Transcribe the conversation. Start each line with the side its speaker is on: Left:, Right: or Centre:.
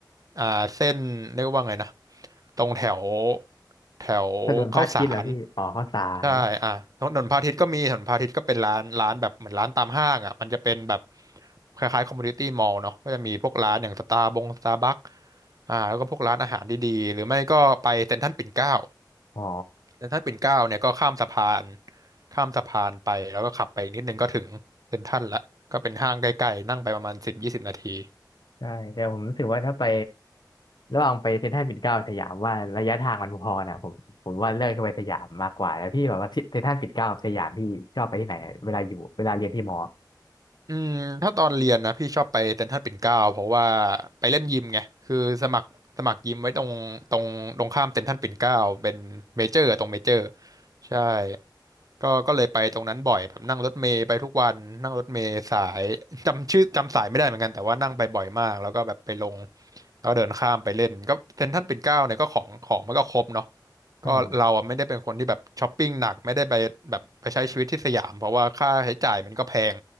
Right: อ่าเส้นเรียกว่าไงนะตรงแถวแถวข้าวสาร
Left: ถนนพระอาทิตย์เหรอพี่อ๋อข้าวสาร
Right: ใช่อ่ะถนนพาทิตย์ก็มีถนนพาทิตย์ก็เป็นร้านร้านแบบเหมือนร้านตามห้างอ่ะมันจะเป็นแบบคล้ายๆคอมมูนิตี้มอลล์เนาะก็จะมีพวกร้านอย่างสตาร์บงสตาร์บัคอ่าแล้วก็พวกร้านอาหารดีๆหรือไม่ก็ไปเซ็นทรัลปิ่นเกล้า
Left: อ๋อ
Right: แล้วถ้าปิ่นเกล้าเนี่ยก็ข้ามสะพานข้ามสะพานไปแล้วก็ขับไปนิดนึงก็ถึงเซ็นทรัลละก็เป็นห้างใกล้ๆนั่งไปประมาณสิบยี่สิบนาที
Left: ใช่แต่ผมรู้สึกว่าถ้าไประหว่างไปเซ็นทรัลปิ่นเกล้าสยามว่าระยะทางมันพอนะผมผมว่าเลือกจะไปสยามมากกว่าแล้วพี่แบบว่าเซ็นทรัลปิ่นเกล้ากับสยามพี่ชอบไปที่ไหนอะเวลาอยู่เวลาเรียนที่มอ
Right: อืมถ้าตอนเรียนนะพี่ชอบไปเซ็นทรัลปิ่นเกล้าเพราะว่าไปเล่นยิมไงคือสมัครสมัครยิมไว้ตรงตรงตรงข้ามเซ็นทรัลปิ่นเกล้าเป็นเมเจอร์ตรงเมเจอร์ใช่ก็ก็เลยไปตรงนั้นบ่อยแบบนั่งรถเมล์ไปทุกวันนั่งรถเมล์สายจำชื่อจำสายไม่ได้เหมือนกันแต่ว่านั่งไปบ่อยมากแล้วก็แบบไปลงแล้วก็เดินข้ามไปเล่นก็เซ็นทรัลปิ่นเกล้าเนี่ยก็ของของมันก็ครบเนาะ
Left: ใช่
Right: ก็เราอะไม่ได้เป็นคนที่แบบช้อปปิ้งหนักไม่ได้ไปแบบไปใช้ชีวิตที่สยามเพราะว่าค่าใช้จ่ายมันก็แพง